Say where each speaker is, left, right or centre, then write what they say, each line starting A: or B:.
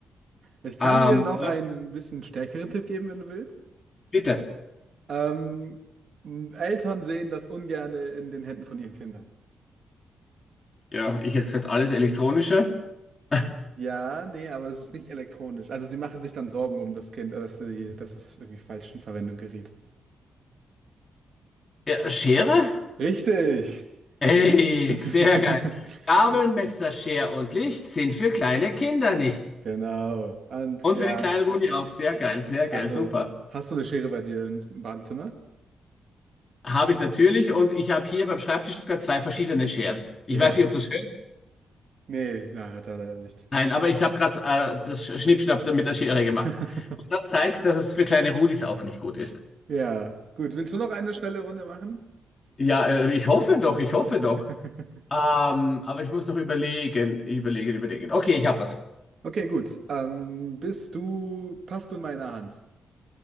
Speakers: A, on the right (about 55°); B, on the left (about 30°).
A: ich kann
B: Ähm,
A: dir noch
B: was,
A: einen bisschen stärkeren Tipp geben, wenn du willst.
B: bitte.
A: Ähm, Eltern sehen das ungerne in den Händen von ihren Kindern.
B: Ja, ich hätte gesagt, alles elektronische. <laughs>
A: Ja, nee, aber es ist nicht elektronisch. Also sie machen sich dann Sorgen um das Kind, dass sie, dass es irgendwie falsch in Verwendung gerät.
B: Ja, Schere?
A: Richtig!
B: Ey,
A: <laughs>
B: sehr geil. Gabel, Messer, Schere und Licht sind für kleine Kinder nicht.
A: Genau. Und
B: Und
A: ja,
B: für den kleinen Rudi auch. Sehr geil, sehr
A: also
B: geil, super.
A: hast du eine Schere bei dir im Badezimmer?
B: Habe ich natürlich und ich habe hier beim Schreibtisch gerade zwei verschiedene Scheren. Ich
A: Ja.
B: weiß nicht, ob du es hörst.
A: Nee, na, hat er leider nicht.
B: Nein, aber ich habe gerade äh, das Schnippschnapp da mit der Schere gemacht.
A: <laughs>
B: Und das zeigt, dass es für kleine Rudis auch nicht gut ist.
A: Ja, gut. Willst du noch eine schnelle Runde machen?
B: Ja, äh, ich hoffe doch, ich hoffe
A: <laughs>
B: doch. Ähm, aber ich muss noch überlegen, überlegen, überlegen. Okay, ich habe was.
A: Okay, gut. Ähm, bist du, passt du in meiner Hand?